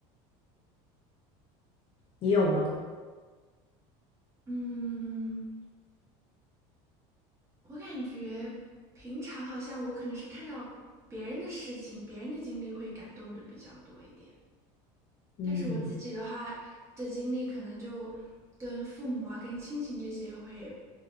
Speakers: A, on the left (about 40°); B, on the right (about 20°).
A: 你有吗？
B: 嗯。我感觉平常好像我可能是看到别人的事情、别人的经历会感动的比较多一点。
A: 嗯
B: 但是我自己的话的经历，可能就跟父母啊、跟亲情这些会，